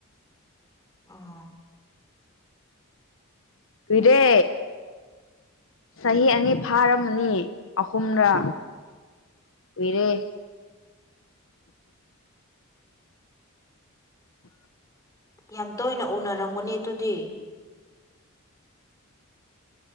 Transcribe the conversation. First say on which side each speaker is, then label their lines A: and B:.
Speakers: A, on the left (about 15°); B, on the left (about 65°).
A: ꯑꯣ
B: ꯀꯨꯏꯔꯦ ꯆꯍꯤ ꯑꯅꯤ ꯐꯥꯔꯝꯃꯅꯤ ꯑꯍꯨꯝꯔꯥ
A: ꯎꯝ
B: ꯀꯨꯏꯔꯦ
A: ꯌꯥꯝ ꯇꯣꯏꯅ ꯎꯅꯔꯝꯒꯅꯤ ꯑꯗꯨꯗꯤ